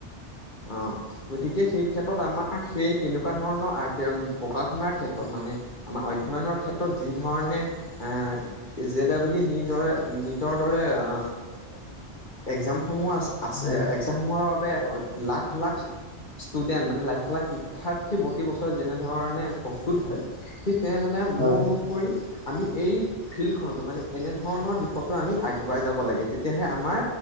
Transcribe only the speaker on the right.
<inaudible>
হয়
হয়